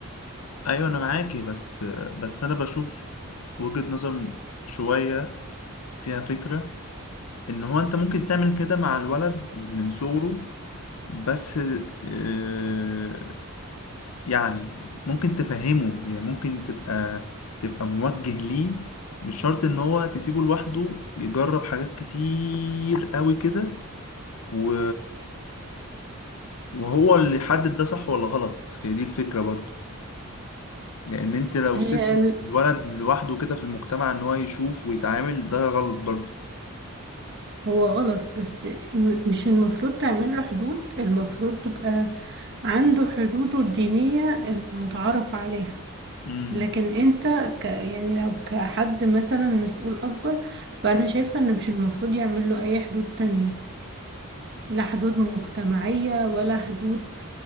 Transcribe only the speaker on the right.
هي
هو غلط بس م- مش المفروض تعمل له حدود المفروض تبقى عنده حدوده الدينية المتعارف عليها
لكن انت ك يعني لو كحد مثلا مسؤول اكبر فانا شايفة ان مش المفروض يعمل له اي حدود تانية لا حدود مجتمعية ولا حدود